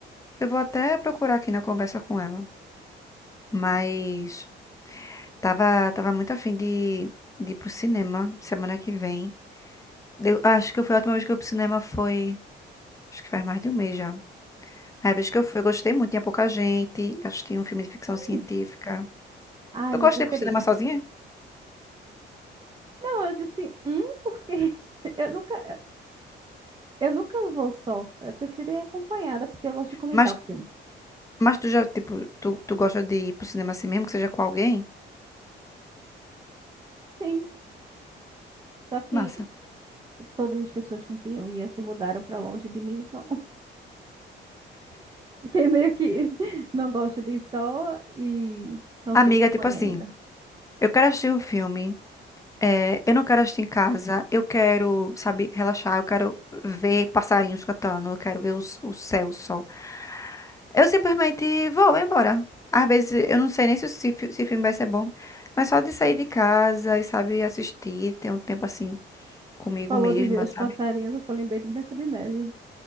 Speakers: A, on the left (about 15°); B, on the right (about 25°).
A: Eu vou até procurar aqui na conversa com ela. Mas... Tava, tava muito afim de, de ir pro cinema semana que vem. Eu acho que foi a última vez que eu fui pro cinema foi. Acho que faz mais de um mês já. A vez que eu fui, eu gostei muito, tinha pouca gente. Eu Assisti um filme de ficção
B: Hum,
A: científica.
B: ai,
A: Tu
B: meu
A: gosta
B: preferido.
A: de ir pro cinema sozinha?
B: Não, eu disse, hum, porque <laughs> eu nunca, eu nunca vou só. Eu prefiro ir acompanhada, porque eu gosto de comentar
A: Mas,
B: o filme.
A: mas tu já, tipo, tu, tu gosta de ir pro cinema assim
B: assim
A: mesmo, que seja com alguém?
B: Sim, só que
A: Massa.
B: t- todas as pessoas com quem eu ia se mudaram para longe de mim, então Fiquei meio que <laughs> não gosto de sol e não
A: Amiga,
B: tenho companhia
A: tipo assim,
B: ainda.
A: eu quero assistir um filme. é, eu não quero assistir em casa, eu quero, sabe, relaxar, eu quero ver passarinhos cantando, eu quero ver os- o céu, o sol. Eu simplesmente vou embora. Às vezes eu não sei nem se o se fi- se filme vai ser bom, mas só de sair de casa e, sabe, assistir, ter um tempo assim comigo
B: Tu falou
A: mesma,
B: de ver os
A: sabe?
B: passarinhos, eu só lembrei de Branca de Neve.